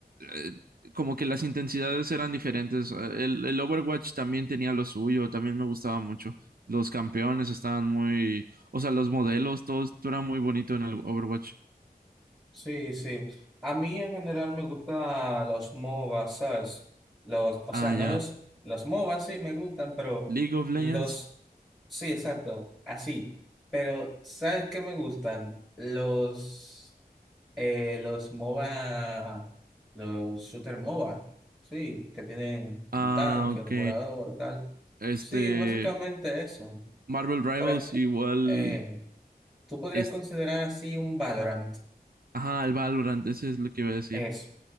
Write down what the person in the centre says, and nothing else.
Sí, sí. A mí en general me gustan los MOBAs, ¿sabes? Los, o sea,
no
los, los MOBAs sí me gustan, pero
los, sí, exacto, así. Pero, ¿sabes qué me gustan? Los, eh, los MOBA, los shooter MOBA, sí, que tienen
un tanque,
un curador, tal.
Sí, básicamente eso.
Por, ej-
eh, tú podrías
considerar así un Valorant,
eso,